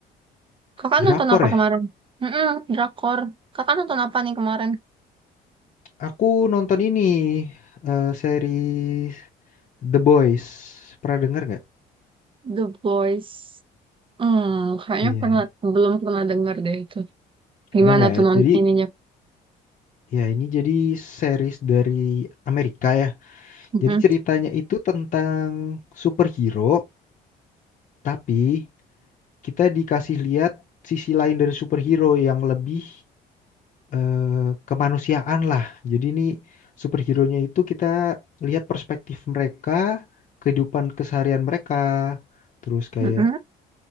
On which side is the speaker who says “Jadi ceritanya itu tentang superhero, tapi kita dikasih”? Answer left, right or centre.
Left